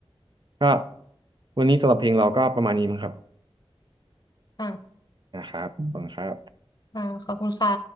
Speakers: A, on the right; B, on the left.
A: ก็วันนี้สำหรับเพลงเราก็ประมาณนี้มั้งครับ
B: อ่ะ
A: นะครับขอบคุณครับ
B: อ่าขอบคุณค่ะ